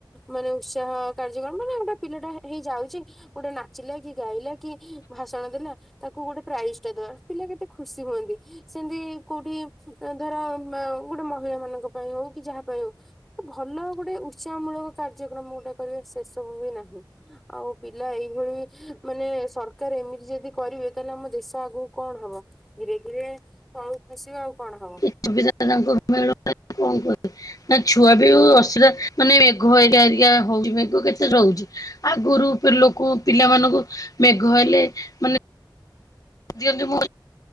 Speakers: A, in the centre; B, on the left.
A: ମାନେ ଉତ୍ସାହ କାର୍ଯ୍ୟକ୍ରମ ମାନେ ଗୋଟେ ପିଲାଟା ହେ ହେଇ ଯାଉଚି ଗୋଟେ ନାଚିଲା କି ଗାଇଲା କି ଭାଷଣ ଦେଲା ତାକୁ ଗୋଟେ ପ୍ରାଇଜ ଟା ଦବା ପିଲା କେତେ ଖୁସି ହୁଅନ୍ତି ସେମିତି କୋଉଠି ତା ଧର ମା ଗୋଟେ ମହିଳା ମାନଙ୍କ ପାଇଁ ହଉ କି ଯାହା ପାଇଁ ହଉ ଭଲ ଗୋଟେ ଉତ୍ସାହ ମୂଳକ କାର୍ଯ୍ୟକ୍ରମ ଗୋଟେ କରିବା ସେସବୁ ବି ନାହିଁ। ଆଉ ପିଲା ଏଇଭଳି ମାନେ ସରକାର ଏମିତି ଯଦି କରିବେ ତାହେଲେ ଆମ ଦେଶ ଆଗକୁ କଣ ହବ? ଧୀରେ ଧୀରେ ତଳକୁ ଖସିବ ଆଉ କଣ ହବ।
B: ଏ ସୁବିଧା ତାଙ୍କୁ ମିଳୁନ କଣ କରହିବ ନା ଛୁଆ ଏ ଯୋଉ ଅସିଳା ମାନେ ମେଘ ଏରିକା ଏରିକା ହଉଛି ମେଘ କେତେ ରହୁଛି? ଆଗରୁ ଲୋକ ପିଲାମାନଙ୍କୁ ମେଘ ହେଲେ ମାନେ ଦିଅନ୍ତି ମୋ